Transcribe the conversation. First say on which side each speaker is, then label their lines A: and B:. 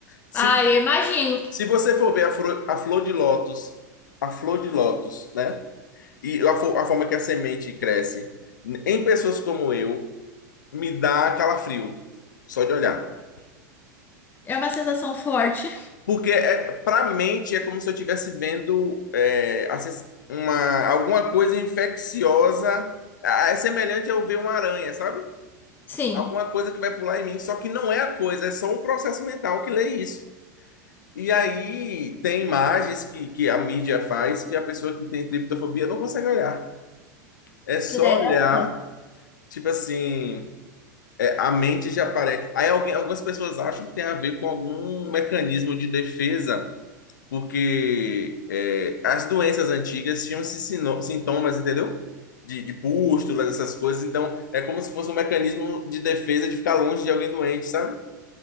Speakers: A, on the left; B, on the left.
A: Se,
B: Ah, eu imagino.
A: se você for ver a flor, a flor de lótus, a flor de lótus, né? E a, fo- a forma que a semente cresce, em pessoas como eu, me dá calafrio, só de olhar.
B: É uma sensação forte.
A: Porque é, para mente é como se eu estivesse vendo é, assim, uma, alguma coisa infecciosa. Ah, É semelhante a eu ver uma aranha, sabe?
B: Sim,
A: alguma coisa que vai pular em mim, só que não é a coisa, é só um processo mental que lê isso. E aí tem imagens que, que a mídia faz que a pessoa que tem triptofobia não consegue olhar. É só
B: credo.
A: olhar, tipo assim, é, a mente já aparece Aí alguém- algumas pessoas acham que tem a ver com algum mecanismo de defesa, porque é, as doenças antigas tinham esses sino- sintomas, entendeu? De, de pústulas, essas coisas. Então é como se fosse um mecanismo de defesa de ficar longe de alguém doente, sabe?